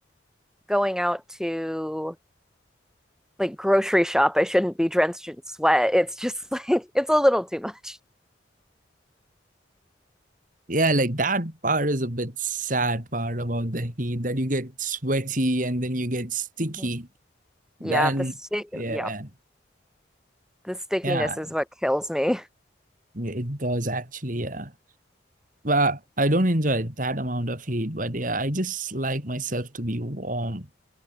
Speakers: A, in the centre; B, on the right.
A: going out to like grocery shop. I shouldn't be drenched in sweat. It's just <laughs> like, it's a little too much.
B: Yeah, like that part is a bit sad part about the heat that you get sweaty and then you get sticky.
A: Mhm.
B: Then
A: Yeah, the city,
B: yeah,
A: yeah. the stickiness
B: yeah,
A: is what kills me.
B: it does actually, yeah. But I don't enjoy that amount of heat, but yeah, I just like myself to be warm.